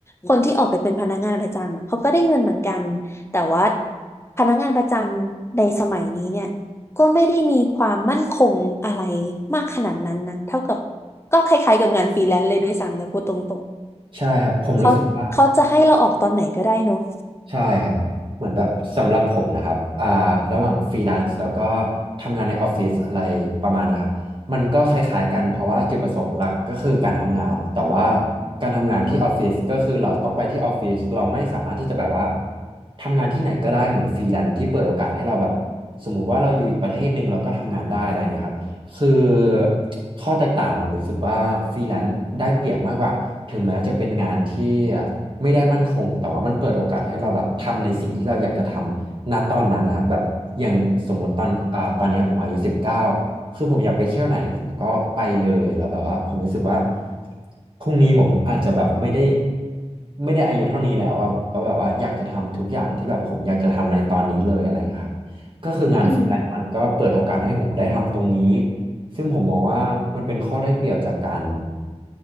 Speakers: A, on the left (about 20°); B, on the right (about 45°).
A: คนที่ออกไปเป็นพนักงานประจำอะเขาก็ได้เงินเหมือนกันแต่ว่าพนักงานประจำในสมัยนี้เนี่ยก็ไม่ได้มีความมั่นคงอะไรมากขนาดนั้นนะเท่ากับก็คล้ายๆกับงานฟรีแลนซ์เลยด้วยซ้ำนะพูดตรง
B: ใช่ครับผมรู้สึกว่า
A: เขาเขาจะให้เราออกตอนไหนก็ได้เนอะ
B: ใช่ครับเหมือนแบบสำหรับผมนะครับอ่าระหว่างฟรีแลนซ์แล้วก็ทำงานในออฟฟิศอะไรประมาณเนี้ยครับมันก็คล้ายๆกันเพราะว่าจุดประสงค์หลักก็คือการทำงานแต่ว่าการทำงานที่ออฟฟิศก็คือเราต้องไปที่ออฟฟิศเราไม่สามารถที่จะแบบว่าทำงานที่ไหนก็ได้เหมือนฟรีแลนซ์ที่เปิดโอกาสให้เราแบบสมมุติว่าเราอยู่อีกประเทศหนึ่งเราก็ทำงานได้อะไรอย่างเงี้ยครับ คือข้อแตกต่างผมรู้สึกว่าฟรีแลนซ์ได้เปรียบมากกว่าถึงแม้จะเป็นงานที่ไม่ได้มั่นคงแต่ว่ามันเปิดโอกาสให้เราแบบทำในสิ่งที่เราอยากจะทำณตอนนั้นนะครับแบบอย่างสมมติตอนอ่าตอนเนี้ยผมอายุสิบเก้าคือผมอยากไปเที่ยวไหนผมก็ไปเลยแล้วแบบว่าผมรู้สึกว่าพรุ่งนี้ผมอาจจะแบบไม่ได้ไม่ได้อายุเท่านี้แล้วอะผมก็แบบว่าอยากจะทำทุกอย่างที่แบบผมอยากจะทำในตอนนี้เลยอะไรอย่างเงี้ยครับก็คืองานฟรีแลนซ์มันก็เปิดโอกาสให้ผมได้ทำตรงนี้
A: อืม
B: ซึ่งผมมองว่ามันเป็นข้อได้เปรียบจากการ